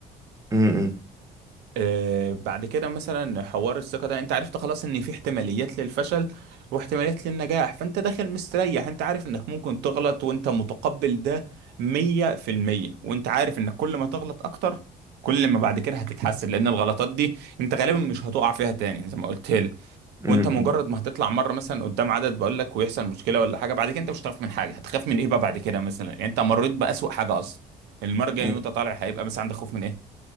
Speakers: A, on the right; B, on the right.
A: امم
B: آه، بعد كده مثلا حوار الثقة ده انت عرفت خلاص ان في احتماليات للفشل واحتماليات للنجاح فانت داخل مستريح انت عارف انك ممكن تغلط وانت متقبل ده مية في المية وانت عارف انك كل ما تغلط اكتر كل ما بعد كده هتتحسن لان الغلطات دي انت غالبا مش هتقع فيها تاني زي ما قلت لك
A: امم
B: وانت مجرد ما هتطلع مره مثلا قدام عدد بقول لك ويحصل مشكله ولا حاجه بعد كده انت مش هتخاف من حاجه هتخاف من ايه بقى بعد كده مثلا يعني انت مريت باسوأ حاجه اصلا المره الجايه
A: امم
B: وانت طالع هيبقى مثلا عندك خوف من ايه